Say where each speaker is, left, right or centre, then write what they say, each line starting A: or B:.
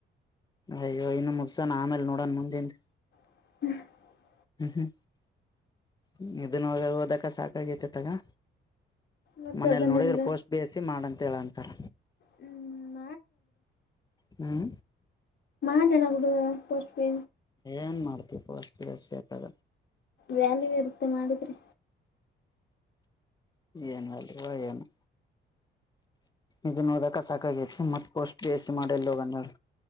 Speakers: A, on the left; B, on the left.
A: ಅಯ್ಯ ಇನ್ನ ಮುಗಸನ್ ಆಮೇಲೆ ನೋಡನ ಮುಂದಿಂದ
B: <inaudible>
A: ಹ್ಮ ಹ್ಮ ಇದನ್ನ ಓದಕ ಸಾಕಾಗತ ಅತ್ತಗ
B: ಮತ್ತ
A: ಮನೇಲಿ
B: ಅದನ್ನೆಲ್ಲ
A: ನೋಡಿದ್ರ ಪೋಸ್ಟ್ ಬೇಸಿ ಮಾಡ ಅಂತ ಹೇಳಂತಾರ.
B: ಹ್ಮ.
A: ಹ್ಮ.
B: ಅದೇನ ಹುಡಗ ಪೋಸ್ಟ ಪೇ
A: ಎನ್ ಮಾಡ್ತಿ ಪೋಷ್ಟ ಅತಾಗ
B: ವ್ಯಾಲ್ಯೂ ಇರತ್ತೆ ಮಾಡಿದ್ರಿ.
A: ಏನ ವ್ಯಾಲುವ ಏನು ಇದನ್ನ ಓದಾಕ ಸಾಕಾಗೈತಿ ಮತ್ತ ಪೋಸ್ಟ್ ಬೇಸಿ ಮಾಡಿಲ ಹೋಗನ ಹೇಳ